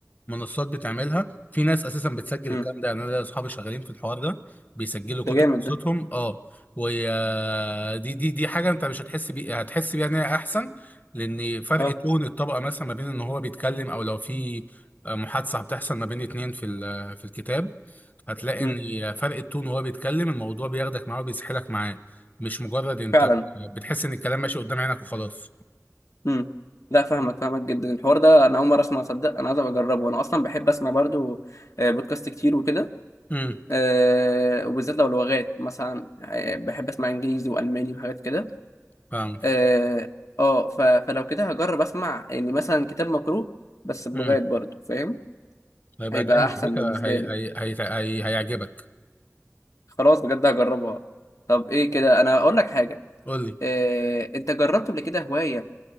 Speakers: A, on the left; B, on the left.
A: منصات بتعملها في ناس اساسا بتسجل
B: امم
A: الكلام ده يعني انا ليا اصحابي شغالين في الحوار ده بيسجلوا
B: ده
A: كتب
B: جامد
A: قصتهم
B: ده
A: اه ودي دي دي حاجه انت مش هتحس بيها هتحس بيها ان هي احسن لان فرق
B: اه
A: تون الطبقه مثلا ما بين ان هو بيتكلم او لو في آه، محادثه بتحصل ما بين اتنين في ال- آه، في الكتاب هتلاقي
B: امم
A: ان فرق التون وهو بيتكلم الموضوع بياخدك معاه وبيسحلك معاه مش مجرد انت
B: فعلا
A: بتحس ان الكلام ماشي قدام عينك وخلاص
B: امم لا فاهمك فاهمك جدا الحوار ده انا اول مره اسمع صدق انا عايز أبقى اجربه انا اصلا بحب اسمع برضو آه، بودكاست كتير وكده
A: امم
B: آه، وبالذات لو لغات مثلا آه، بحب اسمع انجليزي والماني وحاجات كده
A: فاهم
B: اه آه، ف... فلو كده هجرب اسمع يعني مثلا كتاب مقروء بس بلغات
A: امم
B: برضو فاهم
A: هيبقى
B: هيبقى
A: جامد
B: احسن
A: على فكره
B: بالنسبه
A: هي...
B: لي
A: هي... هي... هي... هيعجبك
B: خلاص بجد هجربها طب ايه كده انا اقول لك حاجه
A: قول لي
B: إيه... انت جربت قبل كده هوايه